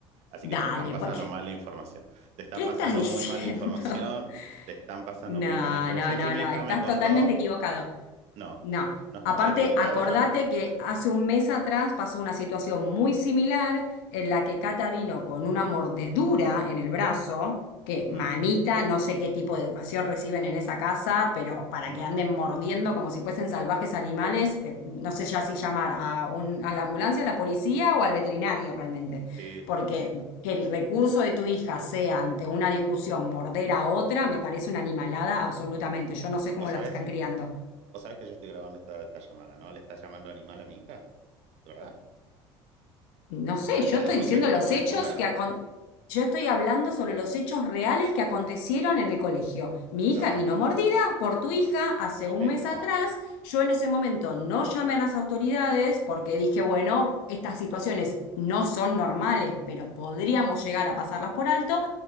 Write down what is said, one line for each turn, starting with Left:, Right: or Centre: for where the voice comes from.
Right: Así
Left: Dale,
Right: que te están pasando
Left: pues,
Right: mala
Left: ¿qué
Right: información. Te están
Left: qué
Right: pasando
Left: estás diciendo?
Right: muy mala información.
Left: <laughs>
Right: Te están pasando
Left: No,
Right: muy mala información.
Left: no, no,
Right: Si mi
Left: no,
Right: hija
Left: estás
Right: me contó,
Left: totalmente equivocado.
Right: no,
Left: No.
Right: no,
Left: Aparte,
Right: <laughs> he equivocado
Left: acordate
Right: yo.
Left: que hace un mes atrás pasó una situación muy similar en la que Cata vino con una mordedura en el brazo, que
Right: Ujú,
Left: mamita, no sé qué tipo de educación reciben en esa casa, pero para
Right: ujú.
Left: que anden mordiendo como si fuesen salvajes animales, eh, no sé ya si llamar a un, a la ambulancia, a la policía o al veterinario realmente.
Right: Sí,
Left: Porque
Right: sí, sí, sí.
Left: que el recurso de tu hija sea ante una discusión morder a otra, me parece una animalada absolutamente. Yo no sé cómo
Right: ¿Vos sabés,
Left: las están criando.
Right: vos sabés que yo estoy grabando esta, esta llamada, ¿no? ¿Le está llamando animal a mi hija? ¿De verdad?
Left: No sé,
Right: ¿Vos sabés
Left: yo
Right: la denuncia
Left: estoy diciendo
Right: que te
Left: los
Right: podés
Left: hechos
Right: comer?
Left: que acon- yo estoy hablando sobre los hechos reales que acontecieron en el colegio. Mi
Right: No,
Left: hija vino
Right: no,
Left: mordida
Right: no, no.
Left: por tu hija hace
Right: Ok,
Left: un mes
Right: no,
Left: atrás. Yo en ese momento no llamé a las autoridades porque dije, bueno, estas situaciones no son normales, pero podríamos llegar a pasarlas por alto.